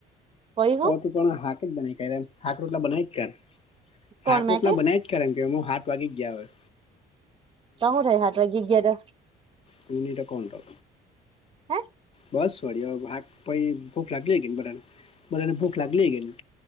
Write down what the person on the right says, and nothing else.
કહીહું
કોણ મેં
કે
તમ થ હાથવા ગીગર
<inaudible>